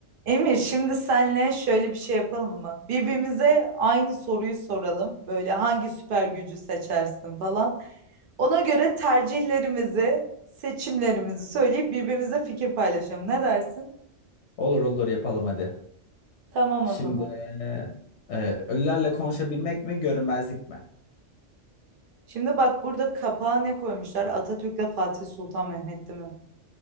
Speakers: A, on the right (about 55°); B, on the left (about 70°).
A: Emir, şimdi senle şöyle bir şey yapalım mı? Birbirimize aynı soruyu soralım. Böyle hangi süper gücü seçersin falan. Ona göre tercihlerimizi, seçimlerimizi söyleyip birbirimize fikir paylaşalım. Ne dersin?
B: Olur olur yapalım hadi.
A: Tamam
B: Şimdi
A: o zaman.
B: eee, eee, ölülerle konuşabilmek mi görünmezlik mi?
A: Şimdi bak burada kapağa ne koymuşlar? Atatürk'le Fatih Sultan Mehmet'ti mi?